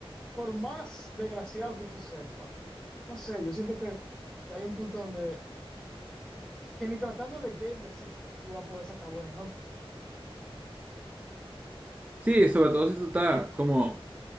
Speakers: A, in the centre; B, on the right.
A: por más desgraciado que tú sepas, no sé, yo siento que, que hay un punto donde, que ni tratando de game the system, tú vas a poder sacar buena nota.
B: Sí, sobre todo si tú estás como